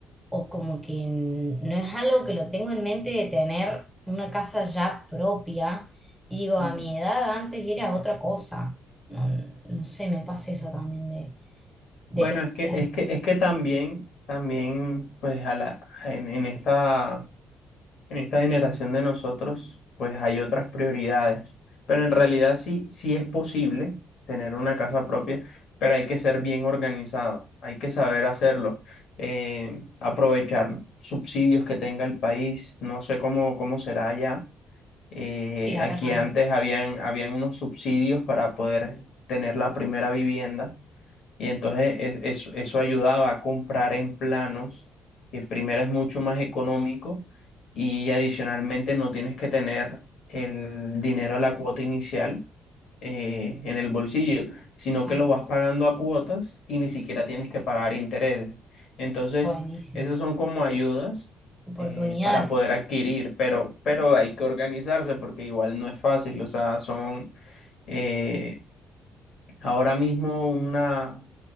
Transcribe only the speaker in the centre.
o como que n- no es algo que lo tengo en mente de tener una casa ya propia. Y digo,
a mi edad antes era otra cosa. No, no sé, me pasa eso también de, de
pensar.
Sí, acá
también.
Claro,
buenísimo.
Oportunidades.